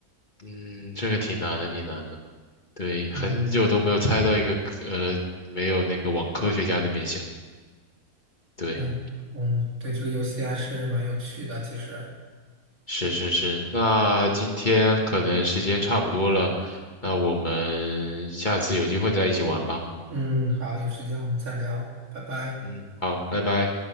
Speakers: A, on the left (about 30°); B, on the right (about 65°).
A: 嗯，这个挺难的，挺难的。对，
B: 嗯，
A: 很久都没有猜到一个科呃，没有那个往科学家那边想。对，
B: 对，嗯，对，这个游戏还是蛮有趣的，其实。
A: 是是是。那今天可能时间差不多了，那我们下次有机会再一起玩吧。
B: 嗯，好，有时间我们再聊，拜拜。
A: 嗯，好，拜拜。